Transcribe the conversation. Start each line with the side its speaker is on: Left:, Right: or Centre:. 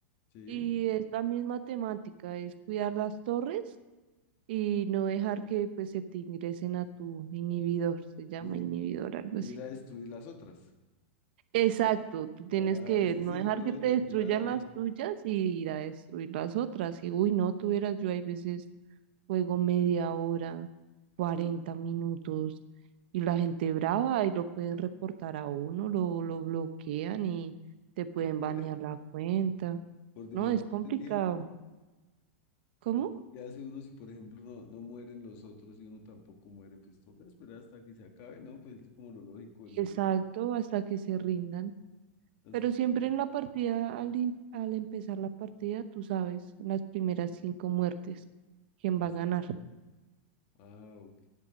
Left: Sí.
Right: y es la misma temática, es cuidar las torres y no dejar que pues se te ingresen a tu inhibidor, se llama
Left: Y,
Right: inhibidor, algo
Left: y
Right: así.
Left: ir a destruir las otras.
Right: Exacto, tú tienes
Left: Ah,
Right: que
Left: ese
Right: no
Left: es el
Right: dejar
Left: rollo,
Right: que te destruyan
Left: claro.
Right: las tuyas y ir a destruir las otras. Y uy, no tuvieras, yo hay veces juego media hora, cuarenta
Left: Uy.
Right: minutos y la gente brava y lo pueden reportar a uno, lo, lo bloquean y te pueden
Left: <laughs>
Right: banear la cuenta.
Left: por demorarte
Right: No, es complicado.
Left: tiempo,
Right: ¿Cómo?
Left: pero ¿qué hace uno si, por ejemplo, no, no mueren los otros y uno tampoco muere? Pues toca esperar hasta que se acabe, ¿no? Pues es como lo lógico del
Right: Exacto,
Left: juego,
Right: hasta que se rindan.
Left: hasta
Right: Pero siempre
Left: que
Right: en la partida, al, in- al empezar la partida, tú sabes en las primeras cinco muertes quién
Left: pasa.
Right: va a ganar,
Left: Ah, ok.